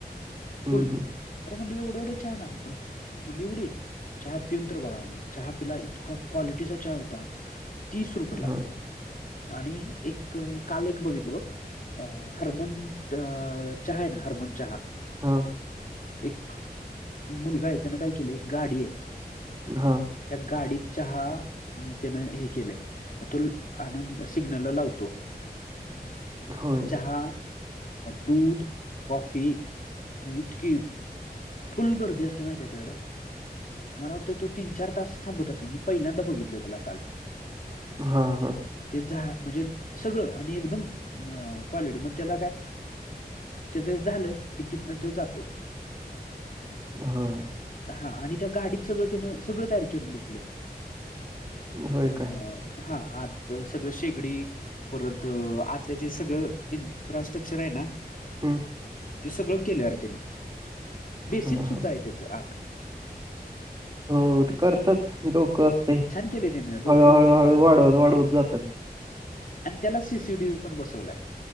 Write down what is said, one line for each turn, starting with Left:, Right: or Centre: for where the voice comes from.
Right: हं,
Left: फुल
Right: हं.
Left: अरे म्हणल एवढ्या एवढ्या चहा पण म्हणट एवढी चहा पिऊन तर बघा चहा पिला इतका क्वालिटीचा चहा होता तीस रुपयेला
Right: होय.
Left: आणि एक काल एक बघितलं बघ हरमन अ चहा आहे ना हरमन चहा
Right: हा
Left: एक मुलगा आहे त्यान काय केलं एक गाडी आहे
Right: हा
Left: त्या गाडीत चहा त्यान हे केलं तो आणून सिग्नलला लावतो
Right: होय
Left: हा दूध कॉफी इतकी फुल गर्दी असते माहिती आहे तेच्याकड मला वाटतं तो तीन चार तास थांबत असेल मी पहिल्यांदा बघितलं त्याला काल
Right: हा हा
Left: ते झा म्हणजे सगळं आणि एकदम क्वालिटी मग त्याला काय त्याचं झालं की तिथनं तो जातो
Right: होय.
Left: हा आणि त्या गाडीत सगळं त्यान सगळं तयार करून घेतलंय.
Right: होय
Left: अं,
Right: काय
Left: हा आत सगळं शेगडी परत आतलं जे सगळं इन्फ्रास्ट्रक्चर आहे ना
Right: हम्म
Left: ते सगळं केलं यार त्यानी बेसिन
Right: हां,
Left: सुद्धा
Right: हां.
Left: आहे त्याच आत
Right: हो ते करतात डोकं असते
Left: छान केले त्यानं डोकं
Right: हळूहळूहळू
Left: एकदम छान
Right: वाढवत वाढवत जातात
Left: आणि त्याला सीसीटीव्ही पण बसवलाय